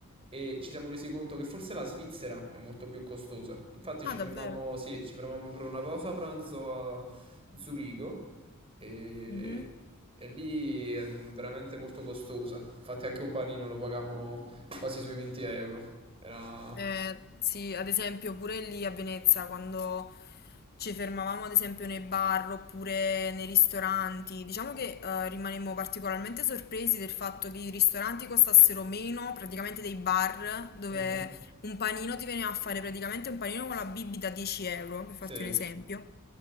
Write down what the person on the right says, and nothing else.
e ci siamo resi conto che forse la Svizzera è molto più costosa. Infatti
ci
fermammo, sì, ci fermammo per una pausa pranzo a Zurigo e,
e lì è veramente molto costosa. Infatti anche un panino lo pagammo quasi sui 20 euro. Era...
Mhm,
Sì.